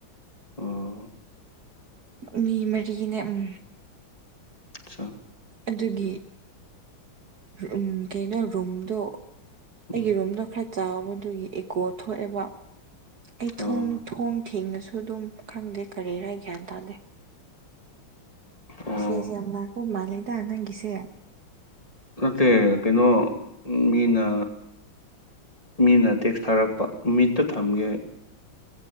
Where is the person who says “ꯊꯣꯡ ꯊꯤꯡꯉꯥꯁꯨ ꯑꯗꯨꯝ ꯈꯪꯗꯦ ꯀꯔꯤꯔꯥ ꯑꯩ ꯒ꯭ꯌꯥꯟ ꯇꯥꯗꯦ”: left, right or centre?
Right